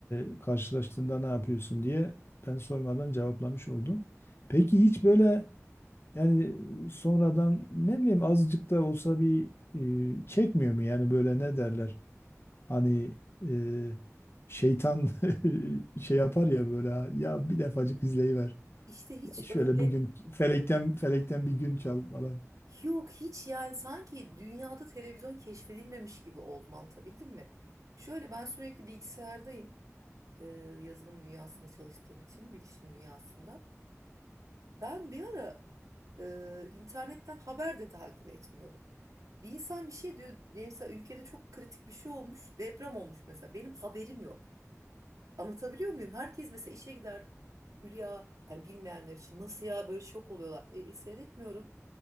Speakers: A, on the left; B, on the right.
A: e, karşılaştığında ne yapıyorsun diye ben sormadan cevaplamış oldun. Peki hiç böyle Yani sonradan ne bileyim azıcık da olsa bir e, çekmiyor mu yani böyle ne derler? Hani e, şeytan <laughs> şey yapar ya böyle "Ha, ya bir defacık izleyiver.
B: işte hiç
A: Şöyle
B: öyle
A: bugün felekten felekten bir gün çal falan.
B: Yok hiç yani sanki dünyada televizyon keşfedilmemiş gibi oldum anlatabildim mi? Şöyle ben sürekli bilgisayardayım e, yazılım dünyasında çalıştığım için bilişim dünyasında. Ben bir ara e, internetten haber de takip etmiyordum. Bir insan bir şey diyor diyelim mesela ülkede çok kritik bir şey olmuş deprem olmuş mesela benim haberim yok. Anlatabiliyor muyum? Herkes mesela işe gider Hülya yani bilmeyenler için nasıl ya böyle şok oluyorlar. E, e, seyretmiyorum.